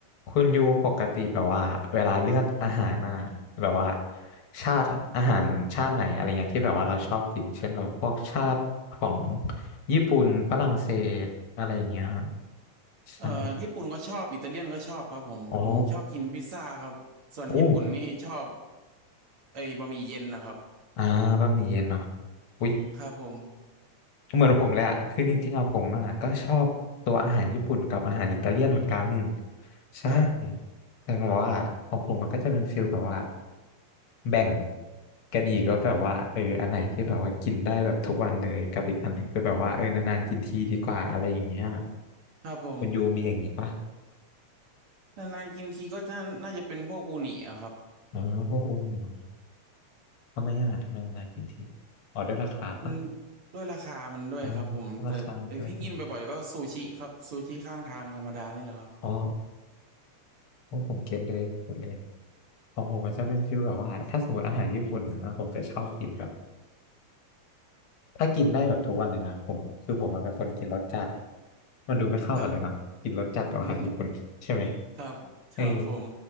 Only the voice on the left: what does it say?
คุณยูปกติแบบว่าเวลาเลือกอาหารน่ะแบบว่าชาติอาหารชาติไหนอะไรเงี้ยที่แบบว่าเราชอบกินเช่นแบบพวกชาติของญี่ปุ่นฝรั่งเศสอะไรอย่างเงี้ยใช่
อ๋อโอ้
อ่าบะหมี่เย็นเนาะอุ๊ย
เหมือนผมเลยอ่ะคือจริงๆอะผมอ่ะก็ชอบตัวอาหารญี่ปุ่นกับอาหารอิตาเลียนเหมือนกันใช่
แต่แบบว่าของผมมันก็จะเป็นฟิลแบบว่าแบ่งกันอีกว่าแบบว่าเอออันไหนที่แบบว่ากินได้แบบทุกวันเลยกับอีกอันหนึงคือแบบว่าเออนานๆกินทีดีกว่าอะไรอย่างเงี้ย
คุณยูมีอย่างงี้ปะ
อ๋อพวกอุ่นเนาะทำไมอ่ะทำไมนานๆกินทีอ๋อด้วยราคาปะ
อ๋อราคาด้วยทำไมอ๋อโอ้ผมเก็ตเลยผมเก็ตเลย ของผมมันจะเป็นฟิลแบบว่าถ้าสมมติอาหารญี่ปุ่นนะผมจะชอบกินแบบ ถ้ากินได้แบบทุกวันเลยนะผมคือผมอะเป็นคนกินรสจัดมันดูไม่เข้ากันเลยเนาะกินรสจัดกับอาหารญี่ปุ่นใช่ไหม
เออ